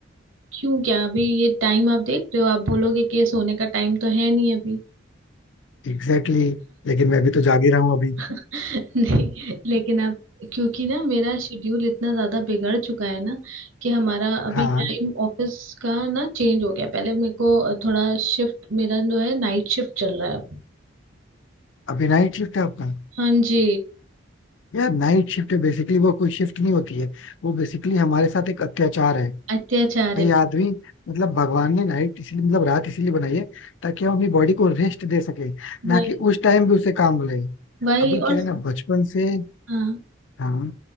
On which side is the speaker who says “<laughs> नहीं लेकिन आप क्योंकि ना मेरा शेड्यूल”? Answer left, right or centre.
Right